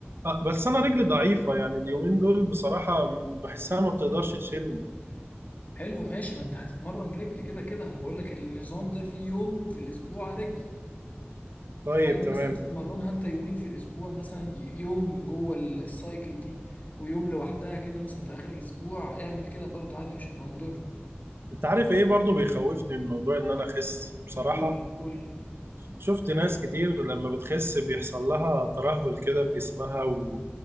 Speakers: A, on the right; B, on the left.
A: آه، بس انا رجلي ضعيفة يعني اليومين دول بصراحة م- بحسها ما بتقدرش تشيلني
B: حلو ماشي ما انت هتتمرن رجل كده كده انا بقول لك النظام ده فيه يوم في الاسبوع رجل
A: طيب
B: عايز
A: تمام
B: مثلا تتمرنها انت يومين في الاسبوع مثلا يوم جوه السايكل دي ويوم لوحدها كده مثلا في اخر الاسبوع اعمل كده برضو عادي مش هتبقى مضر
A: انت عارف ايه برضو بيخوفني من موضوع ان انا اخس بصراحة
B: قول قول
A: شفت ناس كتير لما بتخس بيحصل لها ترهل كده في جسمها و...